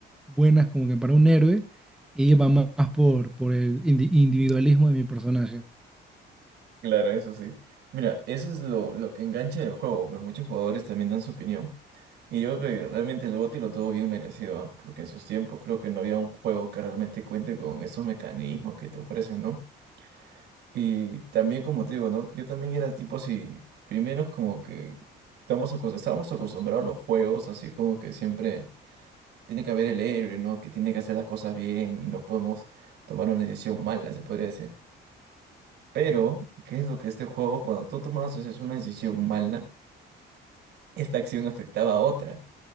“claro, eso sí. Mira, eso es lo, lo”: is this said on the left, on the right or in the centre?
Right